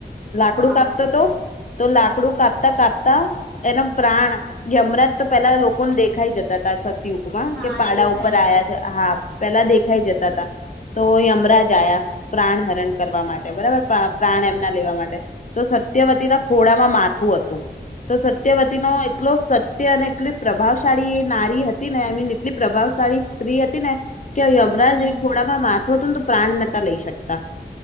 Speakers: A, on the left; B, on the right.
A: લાકડું
B: હા
A: કાપતો હતો તો લાક કડું કાપતા કાપતા એના પ્રાણ યમરાજ તો પેલા લોકોને દેખાઈ જતા હતા કે યુગમાં
B: હા
A: કે પાડા
B: દેખાય
A: ઉપર આ્યા
B: જાય
A: છે હા પેલા દેખાઈ
B: હમ
A: જતા તા તો યમરાજ આ્યા પ્રાણ હરણ કરવા માટે બરાબર પ્રાણ એમના લેવા માટે તો સત્યવતી ના ખોડામાં માથું હતું તો સત્યવતી નો એટલો સત્ય અને એટલી પ્રભાવશાળી એ નારી હતી ને આઈમીન એટલી પ્રભાવશાળી સ્ત્રી હતી ને કે યમરાજ
B: હમ
A: એ ખોડામાં માથું હતું ને તો પ્રાણ નતા લઈ શકતા